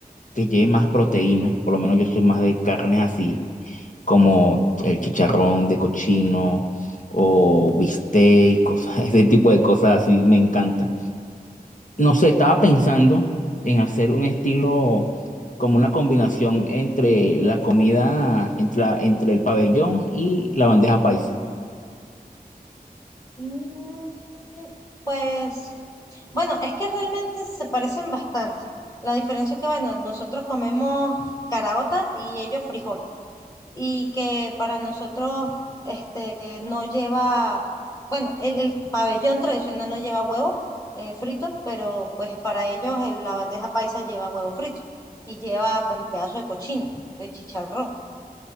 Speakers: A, on the left; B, on the left.
A: que lleve más proteínas, por lo menos yo soy más de carnes así, como el chicharrón de cochino o bistec, cosas, <laughs> ese tipo de cosas así me encanta. No sé, estaba pensando en hacer un estilo como una combinación entre la comida, entre, la- entre el pabellón y la bandeja paisa.
B: Mm, Pues, bueno, es que realmente se parecen bastante. La diferencia es que, bueno, nosotros comemos caraota y ellos frijol. Y que para nosotros, este, no lleva, bueno, el, el pabellón tradicional no lleva huevo eh, frito, pero pues para ellos eh, la bandeja paisa lleva huevo frito y lleva pues el pedazo de cochino, de chicharrón.